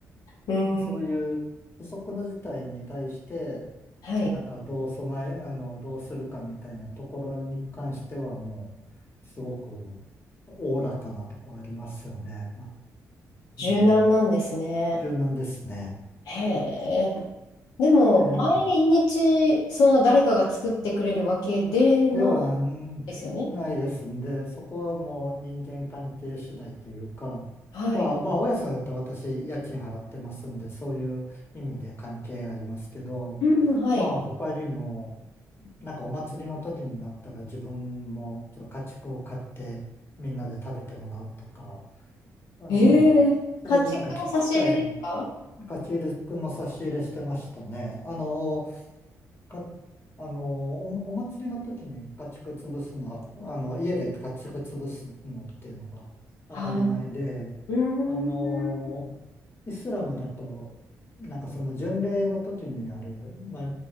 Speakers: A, on the left; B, on the left.
A: うん、
B: そういう不測の事態に対して、
A: はい。
B: なんかどう備え、あの、どうするかみたいなところに関してはもう、すごくおおらかなとこありますよね。
A: 柔軟なんですね。
B: うん。柔軟ですね。
A: へえ。でも、
B: ええ。
A: 毎日、その誰かが作ってくれるわけでもない
B: では、んないですんで、
A: ですよね。
B: そこはもう人間関係次第というか、
A: はい。
B: まあまあ、大家さんだったら私、家賃払ってますんで、そういう意味で関係ありますけど、
A: うん、うんはい。
B: まあ他にも、なんかお祭りの時になったら自分もちょっと家畜を買ってみんなで食べてもらうとか、あの、
A: ええ。
B: そういうなんかき機械、
A: 家畜の差し入れですか
B: 家ち入くんの差し入れしてましたね。あの、か、あの、お、お祭りの時に家畜潰すのは、あの、家で家畜潰すのっていうのが当たり前で、
A: はい。うー
B: あの、
A: ん。
B: イスラムだと、なんかその巡礼の時にある、まあ、